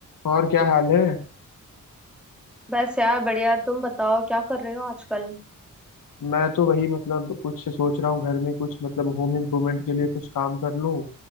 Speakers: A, on the left; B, in the centre.
A: और क्या हाल है
B: बस यार बढ़िया तुम बताओ क्या कर रहे हो आजकल
A: मैं तो वही मतलब कुछ सोच रहा हूँ घर में कुछ मतलब होम इम्प्रूवमेंट के लिए कुछ काम कर लूँ